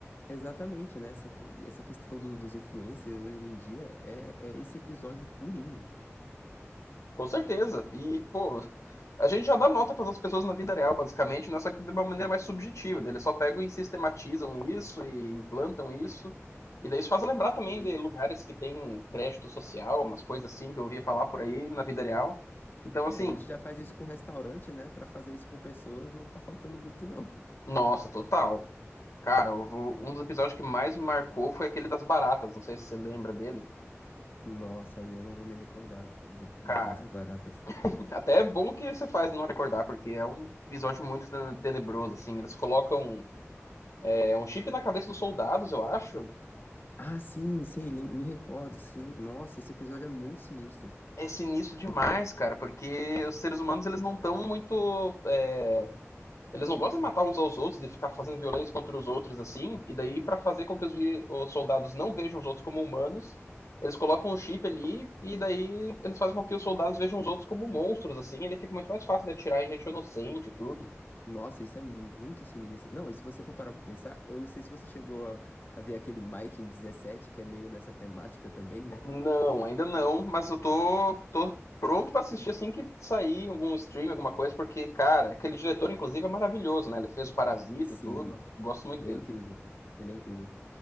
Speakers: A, on the left (about 45°); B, on the left (about 80°).
A: Exatamente, né? Essa, essa questão do- dos influencers hoje em dia é, é esse episódio purinho.
B: Com certeza. E, pô, a gente já dá nota para as pessoas na vida real, basicamente, não é só que de uma maneira mais subjetiva. Eles só pegam e sistematizam isso e implantam isso. E daí isso faz lembrar também
A: Sim.
B: de lugares que tem crédito social, umas coisas assim que eu ouvia falar por aí na vida real. Então,
A: É,
B: assim,
A: a gente já faz isso com restaurante, né? Pra fazer isso com pessoas não tá faltando muito, não.
B: nossa, total. Cara, eu vou- um dos episódios que mais me marcou foi aquele das baratas. Não sei se você lembra dele.
A: Nossa, aí eu não vou me recordar do- dos-
B: Cara,
A: das baratas.
B: <laughs> até é bom que você faz não recordar, porque é um episódio muito tene- tenebroso, assim. Eles colocam É um chip na cabeça dos soldados, eu acho.
A: Ah, sim, sei, lem- me recordo, sim. Nossa, esse episódio é muito sinistro.
B: É sinistro demais, cara, porque os seres humanos eles não estão muito. é, Eles não gostam de matar uns aos outros, de ficar fazendo violência contra os outros assim. E daí, pra fazer com que os, vi- os soldados não vejam os outros como humanos, eles colocam um chip ali e daí eles fazem com que os soldados vejam os outros como monstros assim. E ele fica muito mais fácil de atirar em gente inocente e tudo.
A: Nossa, isso é muito sinistro. Não, e se você for parar pra pensar, eu não sei se você chegou a, a ver aquele Mike dezessete que é meio nessa temática também, né?
B: Não, ainda não, mas eu tô, tô pronto pra assistir assim que sair algum stream, alguma coisa, porque, cara, aquele diretor, inclusive, é maravilhoso, né? Ele fez o Parasita
A: Sim,
B: e tudo. Gosto muito
A: ele
B: dele.
A: é incrível. Ele é incrível.